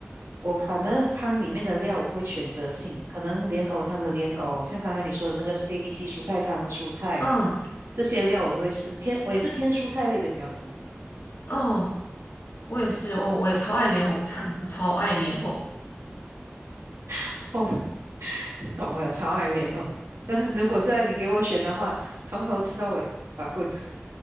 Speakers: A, on the right; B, on the left.
A: 我反正汤里面的料我会选择性，可能莲藕汤的莲藕，像刚才你说的那个 A、B、C 蔬菜汤的蔬菜，
B: 嗯
A: 这些料我都会吃。偏我也是偏蔬菜类的比较多。
B: 嗯，我也是，我我也超爱莲藕汤，我超爱莲藕，
A: <laughs> 哦，懂了，潮海莲藕。但是如果现在你给我选的话，从头吃到尾，法棍。<laughs>